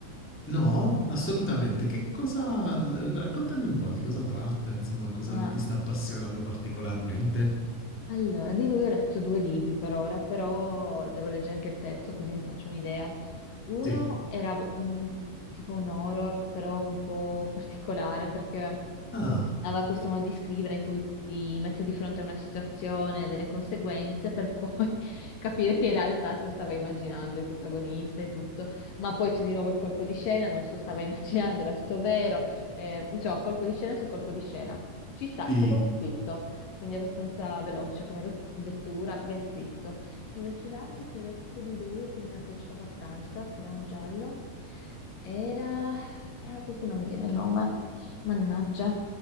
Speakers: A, in the centre; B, on the left.
A: No, assolutamente. Che cosa... eh, Raccontami un po' di cosa tratta, insomma, cosa
B: Ah,
A: ti sta appassionando particolarmente.
B: Allora, di lui ho letto due libri per ora, però devo leggere anche il terzo così mi faccio un'idea. Uno
A: Sì.
B: era mm, tipo un horror, però un po' particolare perché
A: Ah,
B: aveva questo modo di scrivere in cui ti mette di fronte a una situazione, delle conseguenze, per poi <laughs> capire che in realtà se lo stava immaginando il protagonista e tutto, ma poi c'è di nuovo il colpo di scena, non se lo stava <laughs> immaginando, era tutto vero, eh, insomma, colpo di scena su colpo di scena. Ci sta,
A: sì.
B: è ben scritto quindi abbastanza veloce come lo- lettura, ben scritto. Invece l'altro che ho letto di lui, che mi era piaciuto abbastanza, che era un giallo, era... ah, Adesso non mi viene il nome, mannaggia,